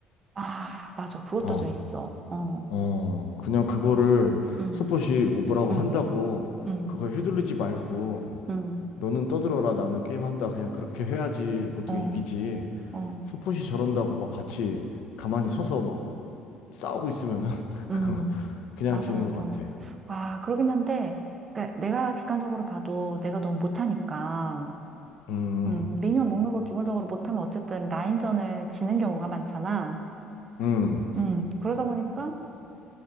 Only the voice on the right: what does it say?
아, 맞아. 그것도
좀 있어. 어,
음,
음,
음.
음.
어,
어,
음,
맞아,
맞아.
아, 그러긴 한데, 그러니까 내가 객관적으로 봐도 내가 너무 못하니까,
음, 미니언 먹는 거 기본적으로 못하면 어쨌든 라인전을 지는 경우가 많잖아.
음, 그러다 보니까,